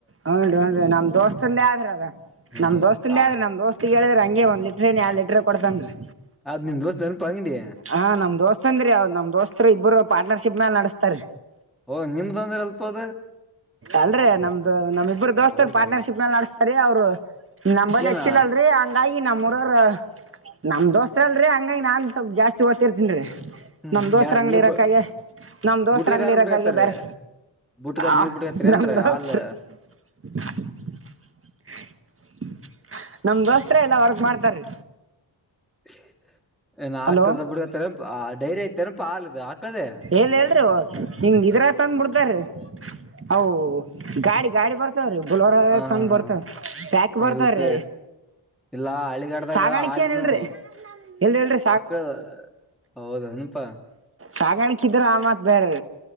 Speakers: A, on the right (about 30°); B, in the centre.
A: ಹನ್ ರಿ ಹನ್ ರಿ ನಮ ದೋಸ್ತಂದೇ ಆದ್ರ ಅದ
B: ಹ್ಮ್
A: ನಮ ದೋಸ್ತಿಂದೇ
B: ಆ
A: ಆದ್ರ ನಮ್ ದೋಸ್ತ ಅತ್ತಿಗೆ ಹೇಳಿದಂರಗೆ ಒಂದು ಲೀಟರ್ ಏನ ಯಾಡ ಲೀಟರ್ ಕೊಡ್ತೀನರಿ
B: ಅದ್ ನಿಮ್ ದೋಸ್ತ್ ನೆನಪ ಅಂಗಡಿ
A: ಹ ನಮ್ಮ ದೋಸ್ತ ಅಂದರಿ ಅವರ ನಮ್ಮ ದೋಸ್ತ ಇಬ್ಬರು ಪಾರ್ಟ್ನರ್ಶಿಪ್ ಮ್ಯಾಲ ನಡಸ್ ಸರ್
B: ಓ ನಿಮ್ದ ಅಂದ್ರೆ ಅಲ್ಪ ಅದ
A: ಅಲ್ಲರಿ ನಮ್ದು ನಮ್ಮ ಇಬ್ಬರು ದೋಸ್ತನ್
B: ಅಲ್ರಿ
A: ಪಾರ್ಟನರ್ಶಿಪ್ ಮೇಲ್ ನಡೆಸುತ್ತಾರ ರೀ ಅವರು ನಂಬಲ್
B: ಏನ
A: ಹೆಚ್ಚಿಲ್ಲ ಅಲ್ಲರಿ ಹಂಗಾಗಿ ನಮ್ಮೂರಾರ ನಮ್ಮ ದೋಸ್ತರ್ ಅಲ್ಲರಿ ಹಂಗಾಗಿ ನಾನ್ ಸ್ವಲ್ಪ ಜಾಸ್ತಿ ಓದ್ತಿರ್ತೀನ್ರೀ
B: ಹ್ಮ್
A: ನಮ್ಮ ದೋಸ್ತ
B: ಯಾರ
A: ಅಂಗಡಿ
B: ನೀವ್
A: ಇರಕ್ಕಾಗೆ ನಮ್ಮ ದೋಸ್ತ
B: ಬುಟ್ಗದಾರ
A: ಅಂಗಡಿ ಇರಕ್ಕಾಗೆ
B: ಬಿಟ್ಕತ್ತಾರೀ
A: ಬೇರೆ
B: ಬುಟ್ಗದ್
A: ಆ
B: ನೀವ್ ಬಿಟ್ಕತ್ತರಿ ಏನ್ರೀ
A: ನಮ್ಮ ದೋಸ್ತ
B: ಹಾಲ್
A: <unintelligible> ನಮ್ಮ ದೋಸ್ತರ ಎಲ್ಲಾ ವರ್ಕ್ ಮಾಡ್ತಾರೀ
B: <unintelligible> ಏನ
A: ಹಲೋ
B: ಆಕಳು ಬಿಡ್ತೀರಪ್ಪ ಡೈರಿ ಐತೆಪ ಹಾಲದು ಆಕಳುದೆ
A: ಎಲ್ ಹೇಳ್ರಿ ಹಿಂಗ್ ಇದ್ರ ತಂದ್ ಬಿಡ್ತಾರ್ರಿ ಅವು ಗಾಡಿ ಗಾಡಿ ಬರ್ತವ್ರೀ ಬುಲ್ಲೊರ
B: ಹಾ
A: ತಂದ
B: ಹಾ
A: ಬರ್ತವ್ರ ಜಗ
B: ಹಾ
A: ಬರ್ತಾರೀ
B: ಇಲ್ಪ ಇಲ್ಲಾ ಹಳ್ಳಿಗಾಡ್ದಾಗ
A: ಸಾಗಾಣಿಕೆ
B: ಹಾಲಿನು
A: ಏನ್ ಇಲ್ರಿ ಎಲ್ ಹೇಳ್ರಿ
B: <inaudible> ಹೌದನಪಾ
A: ಸಾಗಾಣಕೆ ಇದರ ಆ ಮಾತ್ ಬೇರೆ